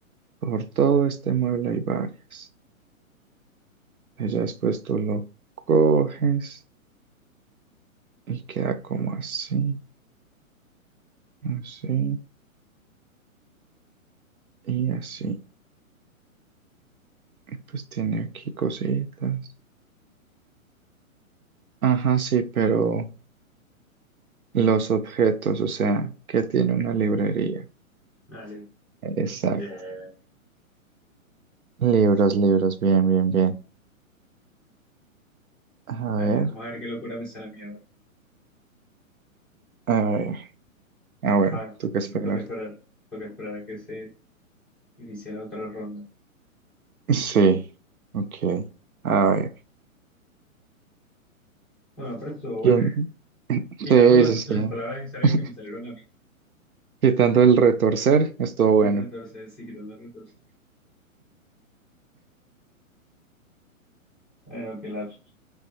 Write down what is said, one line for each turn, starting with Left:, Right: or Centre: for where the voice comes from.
Right: Por todo este mueble hay varias. Ella después tú lo coges y queda como así, así y así. Y Pues tiene aquí cositas. Ajá, sí, pero los objetos, o sea, que tiene una librería.
Centre: Dale.
Right: Exacto.
Centre: Eh,
Right: Libros, libros, bien, bien, bien. A
Centre: dale,
Right: ver,
Centre: vamos a ver qué locura me sale a mí ahora.
Right: a ver. Ah, bueno,
Centre: Ah, Vale.
Right: tú que esperar.
Centre: Toca esperar. Toca esperar a que se inicie la otra ronda.
Right: Sí, ok. A ver,
Centre: Bueno, pero estuvo
Right: ¿quién?
Centre: bueno. <laughs> Quitando
Right: Sí,
Centre: las,
Right: sí, sí.
Centre: las palabras extrañas
Right: <laughs>
Centre: que me salieron a mí.
Right: Quitando el retorcer, estuvo
Centre: Y
Right: bueno.
Centre: el retorcer, sí, quitando el retorcer. Bueno, qué lapsus.